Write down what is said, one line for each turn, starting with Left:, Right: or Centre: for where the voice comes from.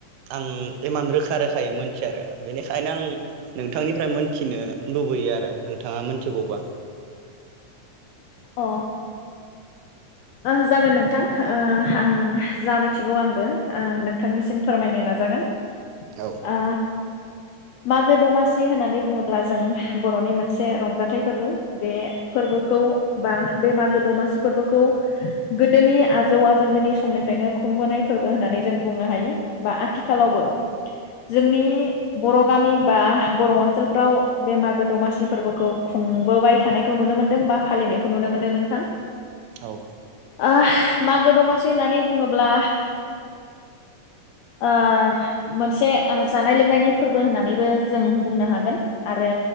Right: आं इमान रोखा-रोखायै मोनथिया आरो बेनिखायनो आं नोंथांनिफ्राय मोनथिनो लुबैयो आरो नोंथाङा मोनथिगौबा
Left: अ ओ जागोन नोंथां ओ आं जा मिथिगौ आंबो ओ नोंथांनिसिम फोरमायनो नाजागोन
Right: औ
Left: आ मागो दमासि होननानै बुङोब्ला जों बर'नि मोनसे रंजाथाइ फोरबो बे फोरबोखौ बा बे मागो दमासि फोरबोखौ गोदोनि आजौ- आजैमोननि समनिफ्रायनो खुंबोनाय फोरबो होननानै जों बुंनो हायो बा आथिखालावबो जोंनि बर' गामि बा बर' ओनसोलफ्राव बे मागो दमासि फोरबोखौ खुंबोबाय थानायखौ नुनो मोनदों बा फालिनायखौ नुनो मोनदों नोंथां
Right: औ
Left: ओ मागो दमासि होननानै बुङोब्ला ओ मोनसे जानाय-लोंनायनि फोरबो होननानैबो जों बुंनो हागोन आरो